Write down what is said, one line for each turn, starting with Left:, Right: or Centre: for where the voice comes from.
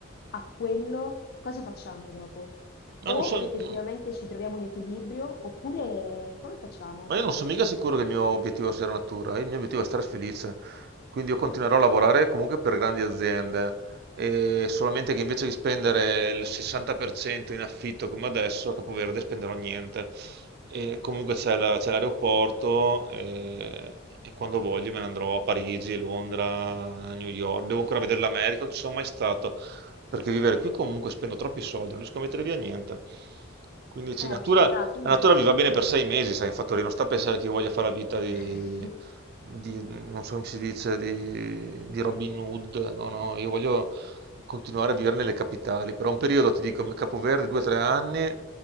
Left: a quello, cosa facciamo dopo?
Right: No,
Left: O
Right: non so...
Left: effettivamente
Right: no.
Left: ci troviamo un equilibrio, oppure come facciamo?
Right: Ma io non sono mica sicuro che il mio obiettivo sia la natura, il mio obiettivo è stare felice, quindi io continuerò a lavorare comunque per grandi aziende, e solamente che invece di spendere il 60% in affitto come adesso, a Capoverde spenderò niente. E comunque c'è la- c'è l'aeroporto eh, e, quando voglio me ne andrò a Parigi, Londra, New York, devo ancora vedere l'America, non ci sono mai stato, perché vivere qui comunque spendo troppi soldi, non riesco a mettere via niente. Quindi sì,
Left: Eh,
Right: natura
Left: ci sta, quindi
Right: la natura mi va bene per sei mesi, sai, infatti, non sta a pensare che io voglia fare la vita di,
Left: <laughs>
Right: di- non so come si dice, di, di Robin Hood, no, no, io voglio continuare a vivere nelle capitali. Per un periodo ti dico Capoverde, due o tre anni,